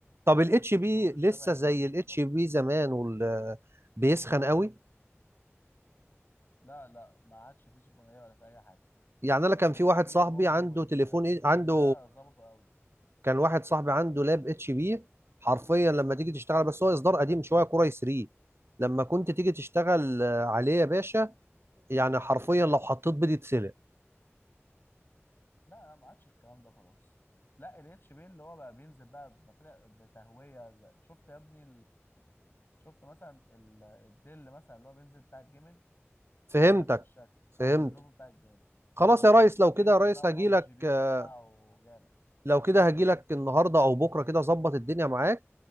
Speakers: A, on the right (about 60°); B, on the left (about 50°).
A: طب الاتش
B: الاتنين
A: بي
B: دول
A: لسه
B: شبه لينوفو
A: زي الاتش
B: بالظبط
A: بي زمان وال- بيسخن قوي
B: لا لا ما عادش فيه سخونية ولا في أي حاجة
A: يعني أنا كان
B: الاتش
A: في واحد
B: بي
A: صاحبي
B: الاومن
A: عنده
B: وال...
A: تليفون
B: والتاني
A: إيه- عنده
B: ده ظبطوا قوي
A: كان واحد صاحبي عنده لاب اتش بي حرفيا لما تيجي تشتغل بس هو اصدار قديم شويه كور اي 3 لما كنت تيجي تشتغل آه، عليه يا باشا يعني حرفيا لو حطيت بيض يتسلق
B: لا لا، ما عادش الكلام ده خلاص لا الاتش بي اللي هو بقى بينزل بقى بمفرق- بتهوية زي- شفت يا ابني شفت مثلا ال- الدل مثلا اللي هو بينزل بتاع الجيمنج
A: فهمتك
B: هو نفس الشكل
A: فهمت
B: او النوفو بتاع الجيمنج
A: خلاص يا ريس لو
B: وبينزل
A: كده يا ريس
B: بقى وار
A: هجيلك
B: جي بي
A: آه،
B: وبتاعه جامد
A: لو كده هجيلك النهارده او بكره كده ظبط الدنيا معاك